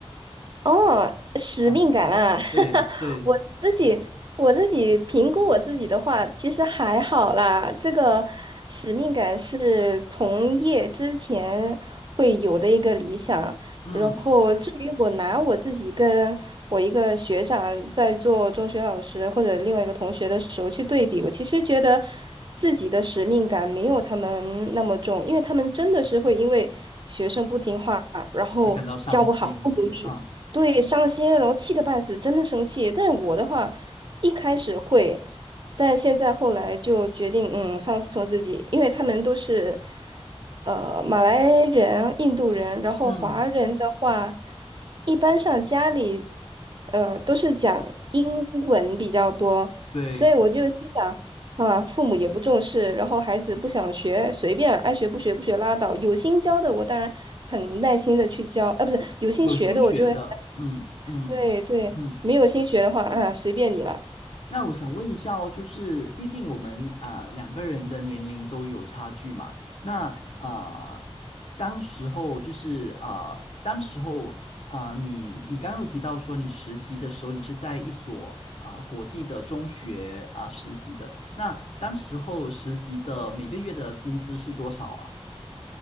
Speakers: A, on the right; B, on the left.
A: 哦，使命感啊，
B: 啊，对对，
A: <laughs> 我自己我自己评估我自己的话，其实还好啦。这个使命感是从业之前会有的一个理想。
B: 嗯，
A: 然后至于我拿我自己跟我一个学长在做中学老师或者另外一个同学的时候去对比，我其实觉得自己的使命感没有他们那么重，因为他们真的是会因为学生不听话，然后教不好不努力。
B: 而感到伤心。啊，
A: 对，伤心，然后气得半死，真的生气。但是我的话，一开始会，但现在后来就决定，嗯，放松自己，因为他们都是，呃，马来人、印度人，然后华人的话，
B: 嗯，
A: 一般上家里，呃，都是讲英文比较多，
B: 对，
A: 所以我就心想，啊，父母也不重视，然后孩子不想学，随便爱学不学不学拉倒。有心教的，我当然很耐心的去教，啊，不是有心学的，
B: 有心学的，
A: 我就会
B: 嗯嗯
A: 对对，
B: 嗯。
A: 没有新学的话，啊，随便你了。
B: 那我想问一下哦，就是毕竟我们啊、两个人的年龄都有差距嘛，那啊、当时候就是啊、当时候啊、你你刚刚有提到说你实习的时候，你是在一所啊、国际的中学啊、实习的，那当时候实习的每个月的薪资是多少啊？